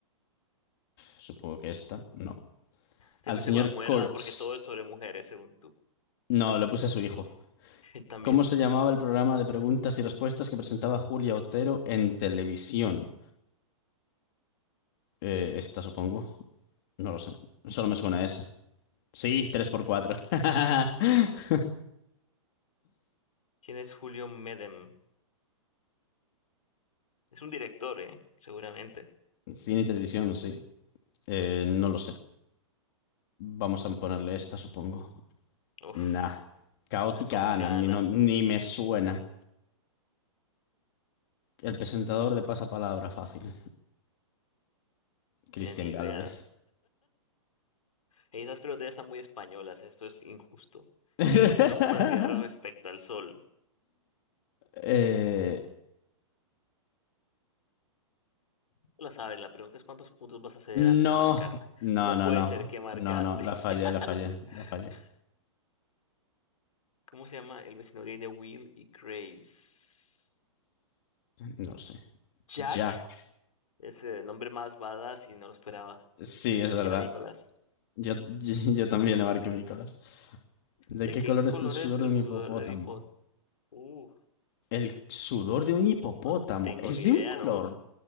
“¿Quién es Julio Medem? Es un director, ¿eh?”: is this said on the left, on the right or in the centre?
Left